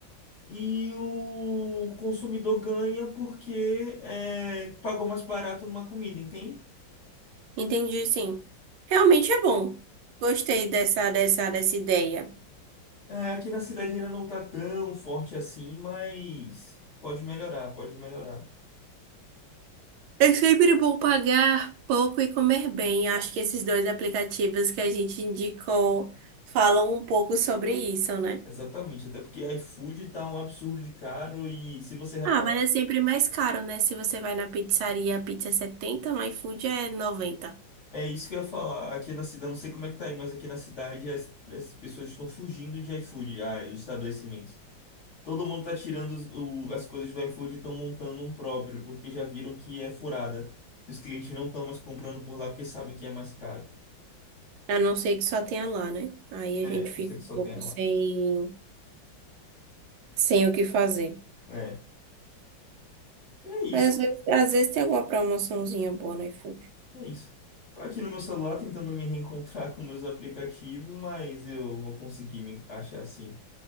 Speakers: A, on the left; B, on the right.
A: E o consumidor ganha porque é, pagou mais barato numa comida, entende?
B: Entendi, sim. Realmente é bom. Gostei dessa, dessa, dessa ideia.
A: É, aqui na cidade ainda não tá tão forte assim, mas pode melhorar, pode melhorar.
B: É sempre bom pagar pouco e comer bem. Acho que esses dois aplicativos que a gente indicou falam um pouco sobre isso, né?
A: Exatamente, até porque iFood tá um absurdo de caro e se você reparar,
B: Ah, mas é sempre mais caro, né? Se você vai na pizzaria, a pizza é 70, no iFood é 90.
A: é isso que eu ia falar. Aqui na cidade, não sei como é que tá aí, mas aqui na cidade as, as pessoas estão fugindo de iFood, ah, os estabelecimentos. Todo mundo tá tirando os- o- as coisas do iFood e estão montando um próprio, porque já viram que é furada, que os clientes não estão mais comprando por lá porque sabem que é mais caro.
B: A não ser que só tenha lá, né? Aí a
A: É,
B: gente fica
A: você que
B: um
A: só
B: pouco
A: tem lá.
B: sem, sem o que fazer.
A: É. É isso,
B: Mas às vezes, às vezes tem alguma promoçãozinha boa no iFood.
A: é isso. Tô aqui no meu celular tentando me reencontrar com meus aplicativos, mas eu vou conseguir me achar assim.